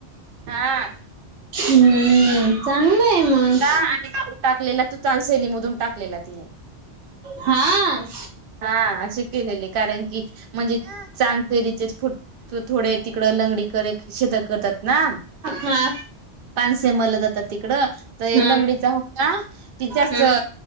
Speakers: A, on the right; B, on the right.
A: हा
B: हम्म. चांगलं आहे मग.
A: आणि टाकला तू टाकलेला चाल सैलीमधून टाकलेला तिने.
B: हा.
A: हा असे केलेले कारण की म्हणजे चांद फेरीचेच फुटतो थोडे तिकड लंगडी कर एक शेत करतात ना
B: हा.
A: पानसे मल जातात ति कड त
B: हं.
A: लंगडीचा होता तिच्याच
B: हं.